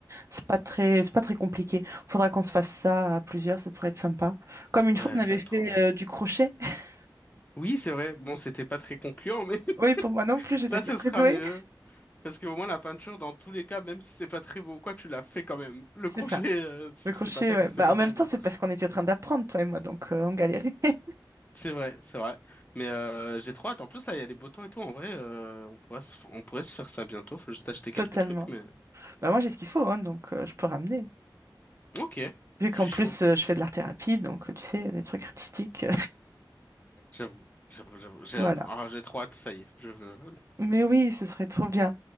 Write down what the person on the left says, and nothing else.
Ouais,
ça va
être trop bien.
Oui, c'est vrai. Bon, c'était pas très concluant, mais <laughs>
là,
ce
sera
mieux. Parce que au moins, la peinture, dans tous les cas, même si c'est pas très beau, ou quoi, tu l'as fait quand même. Le
crochet,
euh, si
tu
sais pas faire,
tu
sais pas
faire,
quoi.
C'est vrai, c'est vrai. Mais euh, j'ai trop hâte. En plus, là, il y a les beaux temps et tout. En vrai, euh, on pourrait se, on pourrait se faire ça bientôt. Faut juste acheter
quelques trucs, mais...
Ok,
je
suis
chaud.
J'avoue, j'avoue, j'avoue. J'ai
ah, j'ai trop hâte, ça y est, je veux.